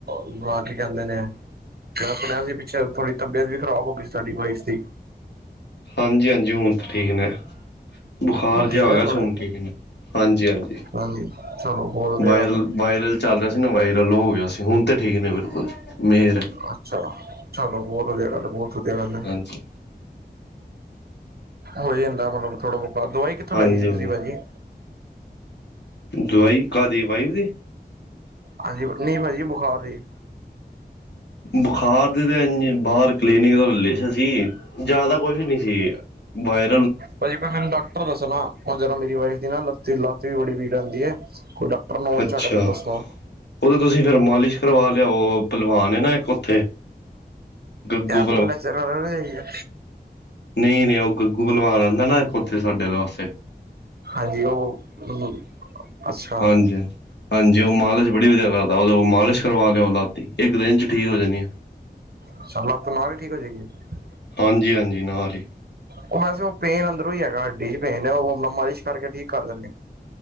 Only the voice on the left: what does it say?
ਹਾਂਜੀ-ਹਾਂਜੀ ਹੁਣ ਠੀਕ ਨੇ ਬੁਖਾਰ
ਜਿਹਾ
ਆਗਾ
ਹੁਨ ਠੀਕ ਨੇ ਹਾਂਜੀ-ਹਾਂਜੀ
ਵਾਇਰਲ
ਵਾਇਰਲ ਚੱਲ ਰਿਹਾ ਸੀ ਨਾ ਵਾਇਰਲ ਹੋ ਗਿਆ ਸੀ। ਹੁਣ ਤਾਂ ਠੀਕ ਨੇ ਫਿਰ ਮੇਰ
ਹਾਂਜੀ
ਹਾਂਜੀ
ਹਾਂਜੀ
ਦਵਾਈ ਕਾਹਦੀ ਵਾਈਫ ਦੀ
ਬੁਖਾਰ ਦੀ ਤਾਂ ਇ ਬਾਹਰ ਕਲੀਨਿਕ ਦਾ ਲਈ ਸੀ ਜ਼ਿਆਦਾ ਕੁਛ ਨਹੀ ਸੀ ਬਾਏ
ਅੱਛਾ
ਉਹਦੇ ਤੁਸੀਂ ਫਿਰ ਮਾਲਿਸ਼ ਕਰਵਾ, ਉਹ ਪਲਵਾਨ ਨਾ ਇੱਕ ਉੱਥੇ ਗੱਗੂ
ਨਹੀਂ-ਨਹੀਂ ਉਹ ਗੱਗੂ ਬਲਵਾਨ ਰਹਿੰਦਾ ਨਾ ਇੱਕ ਉੱਥੇ ਸਾਡੇ ਲਿਵਾਸੇ
ਹਾਂਜੀ ਹਾਂਜੀ ਉਹ ਮਾਲਿਸ਼ ਬੜੀ ਵਧੀਆ ਕਰਦਾ ਉਹਦੇ ਕੋ ਮਾਲਿਸ਼ ਕਰਵਾ ਲਿਓ ਲੱਤ ਦੀ ਇੱਕ ਦਿਨ ਚ ਠੀਕ ਹੋ ਜਾਣੀ ਆ।
ਹਾਂਜੀ-ਹਾਂਜੀ ਨਾਲ ਈ